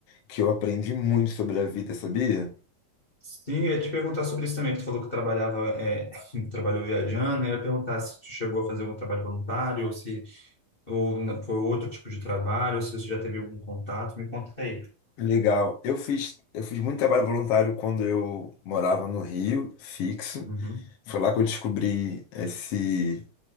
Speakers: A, on the left; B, on the left.
A: que eu aprendi muito sobre a vida, sabia?
B: Sim, eu ia te perguntar sobre isso também, que tu falou que trabalhava, é, <laughs> trabalhou viajando, eu ia perguntar se tu chegou a fazer algum trabalho voluntário, ou se ou na- foi outro tipo de trabalho, ou se você já teve algum contato, me conta aí.
A: Legal. Eu fiz, eu fiz muito trabalho voluntário quando eu morava no Rio, fixo.
B: Uhum.
A: Foi lá que eu descobri esse.